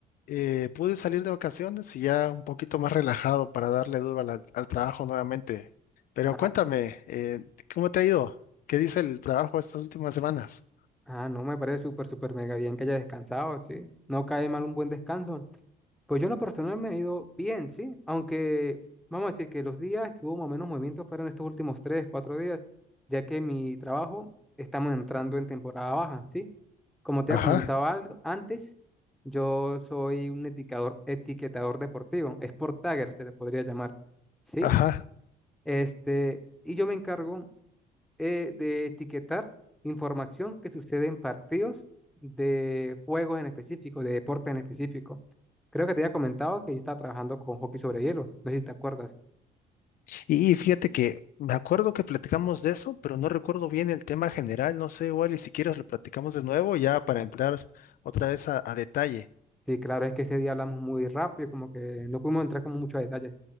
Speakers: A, on the left; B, in the centre.
A: eh, pude salir de vacaciones y ya un poquito más relajado para darle duro a la- al trabajo nuevamente. Pero
B: Ah,
A: cuéntame, eh, ¿cómo te ha ido? ¿Qué dice el trabajo estas últimas semanas?
B: ah, no, me parece súper, súper mega bien que haya descansado, sí. No cae mal un buen descanso. Pues yo en lo personal me he ido bien, ¿sí? Aunque vamos a decir que los días que hubo más o menos movimientos fueron estos últimos tres, cuatro días, ya que mi trabajo estamos entrando en temporada baja, ¿sí? Como te
A: Ajá,
B: había comentado algo antes, yo soy un etiquetador, etiquetador deportivo, sport tagger se le podría llamar, ¿sí?
A: ajá.
B: Este, y yo me encargo eh, de etiquetar información que sucede en partidos de juegos en específico, de deportes en especíco. Creo que te había comentado que yo estaba trabajando con hockey sobre hielo, no sé si te acuerdas.
A: Y y fíjate que me acuerdo que platicamos de eso, pero no recuerdo bien el tema general. No sé, igual y si quieres lo platicamos de nuevo ya para entrar otra vez a, a detalle.
B: Sí, claro, es que ese día hablamos muy rápido, como que no pudimos entrar con muchos detalles,